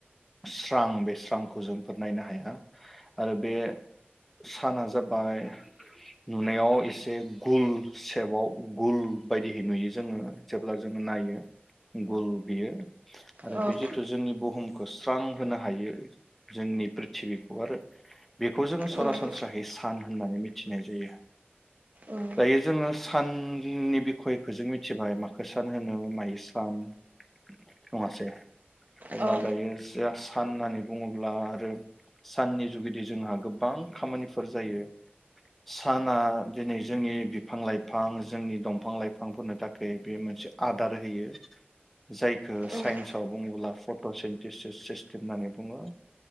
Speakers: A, in the centre; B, on the right (about 45°).
A: स्रां, बे स्रांखौ जोंफोर नायनो हाया आरो। बे साना जाबाय, नुनायाव एसे गुल सेपाव गुल बायदिहै नुयो जोङो जेब्ला जोङो नायो गुल बियो आरो
B: औ
A: बे जितु जोंनि बुहुमखौ स्रां होनो हायो जोंनि प्रिथिबिखौ आरो। बेखौ जोङो सरासनस्राहै
B: उम
A: सान होननानै मिथिनाय जायो,
B: उम
A: दायो जोङो साननि बिखयखौ जों मिथिबाय माखो सान होनो मायो सान। नङासै? अब्ला
B: औ
A: दायो। जा साननानै बुङोब्ला आरो साननि जुगिदि जोंहा गोबां खामानिफोर जायो। साना दिनै जोंनि बिफां लाइफां, जोंनि दंफां लाइफांफोरनो थाखाय बे मोनसे आदार होयो। जायखो
B: उम
A: साइन्सआव बुङोब्ला फट'सेन्टिस् सिस्टेम होननानै बुङो।